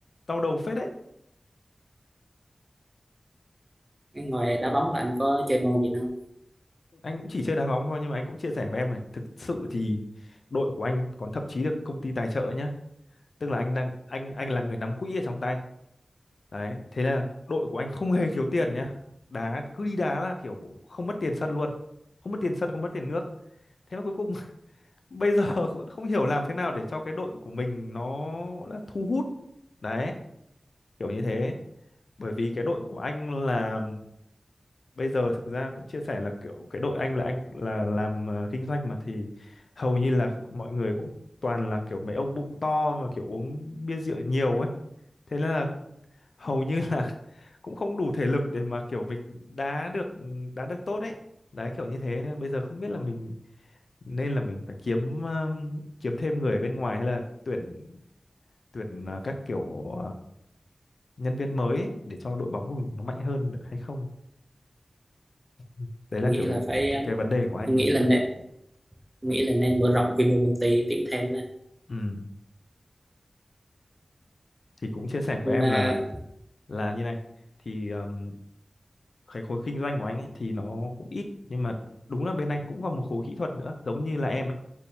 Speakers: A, on the left; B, on the right.
A: đau đầu phết đấy
B: Cái ngoài đá bóng là anh có chơi môn gì nữa không
A: anh cũng chỉ chơi đá bóng thôi nhưng mà anh cũng chia sẻ với em này thực sự thì đội của anh còn thậm chí được công ty tài trợ nhá tức là anh đang anh anh là người nắm quỹ ở trong tay đấy thế là đội của anh không hề thiếu tiền nhá đá cứ đi đá là kiểu không mất tiền sân luôn không mất tiền sân không mất tiền nước thế mà cuối cùng bây giờ <laughs> không hiểu làm thế nào để cho cái đội của mình nó là thu hút đấy kiểu như thế bởi vì cái đội của anh là bây giờ thực ra cũng chia sẻ là kiểu cái đội anh là anh là làm ờ, kinh doanh mà thì hầu như là mọi người cũng toàn là kiểu mấy ông bụng to và kiểu uống bia rượu nhiều ấy thế nên là hầu như là <laughs> cũng không đủ thể lực để mà kiểu mình đá được ừ, đá được tốt ấy đấy kiểu như thế nên bây giờ không biết là mình nên là mình phải kiếm um, kiếm thêm người bên ngoài hay là tuyển tuyển uh, các kiểu uh, nhân viên mới ấy để cho đội bóng của mình nó mạnh hơn được hay không Ừ. đấy
B: nghĩ
A: là kiểu
B: là
A: cái
B: phải
A: cái
B: ờ,
A: cái vấn đề của anh
B: em
A: là
B: nghĩ
A: như
B: là
A: vậy
B: nên nghĩ là nên mở rộng quy mô công ty tuyển thêm đó.
A: ừ. thì cũng chia sẻ với
B: Anh,
A: em
B: à,
A: là là như này thì um, cái khối kinh doanh của anh ấy thì nó cũng ít nhưng mà đúng là bên anh cũng có một khối kỹ thuật nữa giống như là em ấy